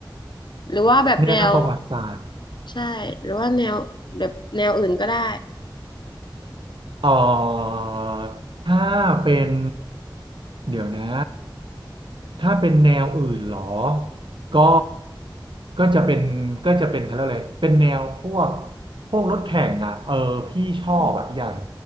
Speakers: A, on the left (about 65°); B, on the right (about 70°).
A: หรือว่าแบบแนว
B: แนวประวัติศาสตร์
A: ใช่หรือว่าแนวแบบแนวอื่นก็ได้
B: เอ่อถ้าเป็นเดี๋ยวนะ ถ้าเป็นแนวอื่นเหรอ ก็ก็จะเป็นก็จะเป็นเขาเรียกอะไรเป็นแนวพวกพวกรถแข่งอ่ะเออพี่ชอบอ่ะอย่าง
A: อืม